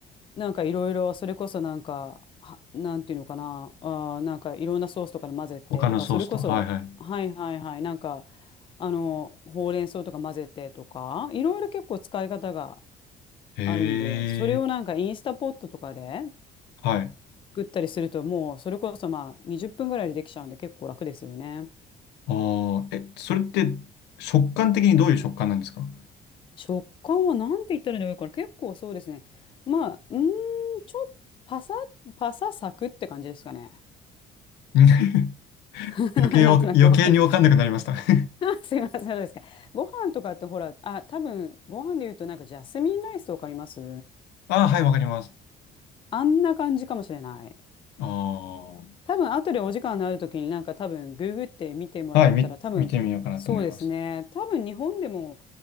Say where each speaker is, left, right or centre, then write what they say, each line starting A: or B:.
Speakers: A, on the left; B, on the left.
A: なんかいろいろ、それこそなんか、は、なんていうのかな、あー、なんかいろんなソースとかで混ぜてとか、
B: 他のソースと。
A: それこそ、
B: はいはい。
A: はいはいはい、なんか、あの、ほうれん草とか混ぜてとか、いろいろ結構使い方が
B: へ
A: あるんで、それをなんかインスタポットとかで
B: え。はい。
A: 作ったりすると、もうそれこそまあ20分ぐらいでできちゃうんで結構楽ですよね。
B: ああ、え、それって食感的にどういう食感なんですか
A: 食感はなんて言ったらいいのかな、結構そうですね。まあ、うーん、ちょっとパサ、パササクって感じですかね。
B: うん <laughs>
A: <laughs>
B: 余計わか、
A: なんとなくわかり
B: 余計にわかんなくなりました <laughs>
A: すいません、そうですか。ご飯とかってほら、あ、多分、ご飯で言うとなんかジャスミンライスとかあります
B: ああ、はい、わかります。
A: あんな感じかもしれない。
B: ああ。
A: 多分、後でお時間のある時になんか多分、ググって見てもらえたら多分、
B: はい、み、見てみようかなと思います。
A: そうですね。多分、日本でも